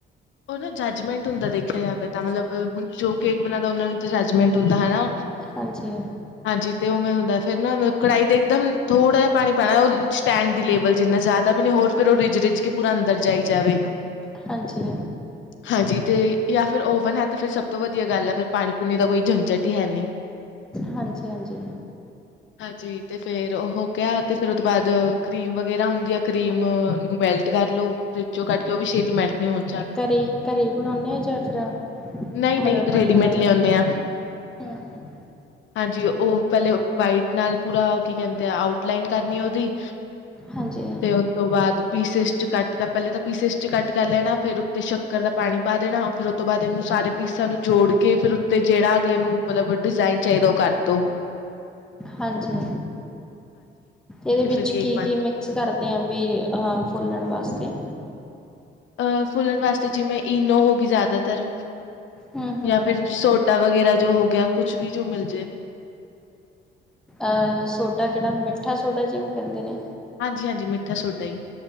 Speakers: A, on the left; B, in the centre.
A: ਉਹ ਨਾ ਜੱਜਮੈਂਟ ਹੁੰਦਾ ਦੇਖਿਆ ਜਾਵੇ ਤਾਂ ਮਤਲਬ ਹੁਣ ਜੋ ਕੇਕ ਬਣਾਉਂਦਾ ਉਹਨਾ ਨੂੰ ਤਾਂ ਜੱਜਮੈਂਟ ਹੁੰਦਾ ਹਨਾ।
B: ਹਾਂਜੀ
A: ਹਾਂਜੀ ਤੇ ਉਵੇਂ ਹੁੰਦਾ ਫੇਰ ਨਾ ਮਤਲਬ ਕੜਾਹੀ ਤੇ ਇੱਕਦਮ ਥੋੜ੍ਹਾ ਜਿਹਾ ਪਾਣੀ ਪਾਉਣਾ ਉਹ ਸਟੈਂਡ ਦੀ ਲੇਵਲ ਚ ਇੰਨਾ ਜ਼ਿਆਦਾ ਵੀ ਨਹੀਂ ਹੋਰ ਫਿਰ ਉਹ ਰਿੱਜ ਰਿੱਜ ਕੇ ਪੂਰਾ ਅੰਦਰ ਜਾਈ ਜਾਵੇ।
B: ਹ <inaudible> ਹਾਂਜੀ।
A: ਹਾਂਜੀ ਤੇ ਜਾਂ ਫਿਰ ਓਵਨ ਹੈ ਤਾਂ ਫਿਰ ਸਭ ਤੋਂ ਵਧੀਆ ਗੱਲ ਹੈ ਫਿਰ ਪਾਣੀ ਪੂਣੀ ਦਾ ਕੋਈ ਝੰਜਟ ਹੀ ਹੈ ਨਹੀਂ।
B: ਹਾਂਜੀ ਹਾਂਜੀ।
A: ਜੀ ਤੇ ਫੇਰ ਉਹ ਕਿਹਾ ਤੇ ਫੇਰ ਉਹ ਤੋਂ ਬਾਅਦ ਕਰੀਮ ਵਗੈਰਾ ਹੁੰਦੀ ਆ ਕਰੀਮ ਨੂੰ ਮੈਲਟ ਕਰ ਲੋ ਫ ਜੋ ਕੱਢ ਕੇ ਉਹ ਛੇਤੀ ਮੈਲਟ ਨਹੀਂ ਹੁੰਦੀ
B: ਘਰੇ ਘਰੇ ਬਣਾਉਣੇ ਹਾਂ ਜਾਂ ਫਿਰ,
A: ਨਹੀਂ
B: ਮਤਲਬ
A: ਨਹੀਂ
B: ਬਣੀ
A: ਰੈਡੀਮੇਡ
B: ਬਣਾਈ,
A: ਲਿਆਉਂਦੇ ਆ
B: ਹੂੰ ਹੂੰ।
A: ਹਾਂਜੀ ਉਹ ਪਹਿਲੇ ਵਾਈਟ ਨਾਲ ਪੂਰਾ ਕੀ ਕਹਿੰਦੇ ਆ ਆਊਟ ਲਾਈਨ ਕਰਨੀ ਉਹਦੀ,
B: ਹਾਂਜੀ
A: ਤੇ ਉਸ ਤੋਂ ਬਾਅਦ, ਪੀਸਿਸ ਚ ਕੱਟ ਕਾ ਪੈਲੇ ਤਾਂ ਪੀਸਿਸ ਚ ਕੱਟ ਕਰ ਲੈਣਾ। ਫੇਰ ਉੱਤੇ ਸ਼ੱਕਰ ਦਾ ਪਾਣੀ ਪਾ ਦੇਣਾ ਫੇਰ ਔ ਤੋਂ ਬਾਦ ਏਨੂੰ ਸਾਰੇ ਪੀਸਾਂ ਨੂੰ ਜੋੜ ਕੇ ਫਿਰ ਉੱਤੇ ਜੇੜਾ ਅਗਲੇ ਨੂੰ ਮਤਲਬ ਡਿਜ਼ਾਇਨ ਚਾਹੀਦਾ ਔ ਕਰਦੋ।
B: ਹਾਂਜੀ, ਇਦੇ
A: ਤੇ
B: ਵਿੱਚ
A: ਫਿਰ ਕੇਕ
B: ਕੀ-ਕੀ
A: ਬਣ
B: ਮਿਕਸ ਕਰਦੇ ਆਂ ਵੀ ਆਂ ਫੁੱਲਣ ਵਾਸਤੇ।
A: ਅਹ ਫੁੱਲਣ ਵਾਸਤੇ ਜਿਵੇਂ ਇਨੋ ਹੋਗੀ ਜਿਆਦਾਤਾਰ।
B: ਹੂੰ-ਹੂੰ
A: ਯਾ ਫਿਰ ਸੋ਼ਟ ਸੋਡਾ ਵਗੈਰਾ ਜੋ ਹੋ ਗਿਆ ਕੁੱਛ ਵੀ ਜੋ ਮਿਲ ਜੇ।
B: ਅਹ ਸੋਡਾ ਕੇੜਾ ਮਿੱਠਾ ਸੋਡਾ ਜਿਨੂੰ ਕਹਿਦੇ ਨੇ।
A: ਹਾਂਜੀ ਹਾਂਜੀ ਮਿੱਠਾ ਸੋਡਾ ਹੀ